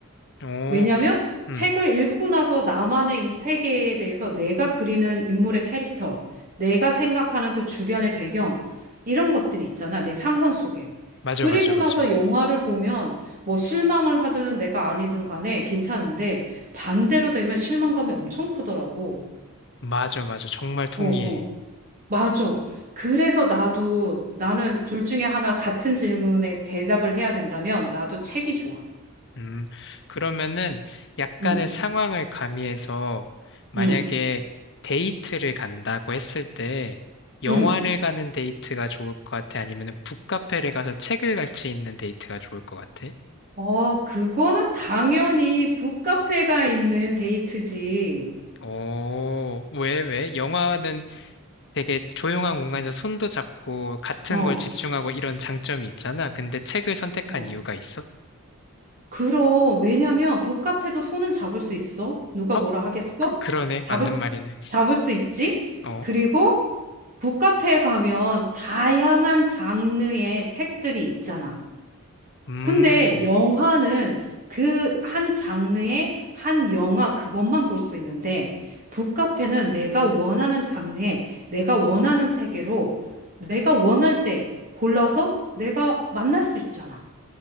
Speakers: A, on the left (about 55°); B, on the right (about 40°).
A: 오,
B: 왜냐면 책을
A: 음,
B: 읽고 나서 나만의 이 세계에 대해서 내가 그리는 인물의 캐릭터, 내가 생각하는 그 주변의 배경, 이런 것들이 있잖아. 내 상상 속에.
A: 맞아,
B: 그리고
A: 맞아, 맞아.
B: 나서 영화를 보면 뭐 실망을 하든 내가 아니든 간에 괜찮은데 반대로 되면 실망감이 엄청 크더라고.
A: 맞아, 맞아. 정말 동의해.
B: 어, 어. 맞아. 그래서 나도 나는 둘 중에 하나 같은 질문에 대답을 해야 된다면 나도 책이 좋아.
A: 음, 그러면은 약간의
B: 응,
A: 상황을 가미해서 만약에
B: 응,
A: 데이트를 간다고 했을 때 영화를
B: 응.
A: 가는 데이트가 좋을 것 같아? 아니면은 북카페를 가서 책을 같이 읽는 데이트가 좋을 것 같아?
B: 어, 그거는 당연히 북카페가 있는 데이트지.
A: 어, 왜, 왜? 영화는 되게 조용한 공간에서 손도 잡고 같은
B: 어,
A: 걸 집중하고 이런 장점이 있잖아. 근데 책을 선택한
B: 어.
A: 이유가 있어?
B: 그럼, 왜냐면 북카페도 손은 잡을 수 있어. 누가
A: 어,
B: 뭐라 하겠어?
A: 그, 그러네.
B: 잡을
A: 맞는
B: 수,
A: 말이네.
B: 잡을 수 있지.
A: 어,
B: 그리고 북카페에 가면 다양한 장르의 책들이 있잖아.
A: 음.
B: 근데 영화는 그 한 장르의 한 영화 그것만 볼 수 있는데 북카페는 내가 원하는 장르에 내가 원하는 세계로 내가 원할 때 골라서 내가 만날 수 있잖아.